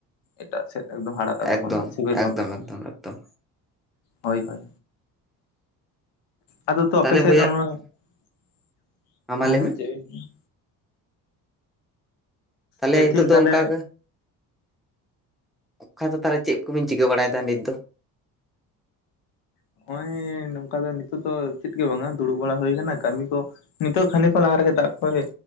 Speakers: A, on the left (about 85°); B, in the centre.
A: ᱮᱴᱟᱜ ᱥᱮᱫ ᱮᱠᱫᱚᱢ ᱦᱟᱨᱟᱫ-ᱟ
B: ᱮᱠᱫᱚᱢ
A: ᱛᱚᱠᱷᱚᱱ ᱫᱚ ᱥᱤᱵᱤᱞ
B: ᱮᱠᱫᱚᱢ
A: ᱵᱟᱝ ᱠᱟᱛᱮᱫ,
B: ᱮᱠᱫᱚᱢ ᱮᱠᱫᱚᱢ
A: ᱦᱳᱭ ᱦᱳᱭ ᱟᱫᱚ ᱛᱚ
B: ᱛᱟᱦᱚᱞᱮ
A: ᱟᱯᱮ ᱥᱮᱫ
B: ᱵᱚᱭᱦᱟ
A: ᱚᱱᱟ <inaudible>
B: ᱢᱟ
A: ᱦᱮᱸ
B: ᱞᱟᱹᱭ ᱢᱮ
A: ᱦᱮᱸ ᱪᱮᱫ ᱵᱤᱱ ᱞᱮᱭᱟ
B: ᱛᱟᱦᱚᱞᱮ
A: ᱞᱟᱹᱭᱮᱫ
B: ᱱᱤᱛᱚᱜ
A: ᱛᱟᱦᱮᱸᱧ
B: ᱫᱚ
A: ᱛᱟᱦᱚᱞᱮ
B: ᱚᱱᱠᱟᱜᱮ, ᱚᱠᱷᱟ ᱫᱚ ᱛᱟᱦᱚᱞᱮ ᱪᱮᱫ ᱠᱚᱵᱤᱱ ᱪᱤᱠᱟᱹ ᱵᱟᱲᱟᱭᱫᱟ ᱱᱤᱛ ᱫᱚ?
A: ᱱᱚᱜ-ᱚᱭ ᱱᱚᱝᱠᱟ ᱫᱚ ᱱᱤᱛᱳ ᱫᱚ ᱪᱮᱫ ᱜᱮ ᱵᱟᱝ-ᱟ ᱫᱩᱲᱩᱵ ᱵᱟᱲᱟ ᱦᱩᱭ ᱟᱠᱟᱱᱟ ᱠᱟᱹᱢᱤ ᱠᱚ, ᱱᱤᱛᱚᱜ ᱠᱷᱟᱹᱱᱤᱜ ᱠᱷᱚᱱ ᱞᱟᱦᱟ ᱨᱮᱜᱮ ᱫᱟᱜ ᱠᱚᱭ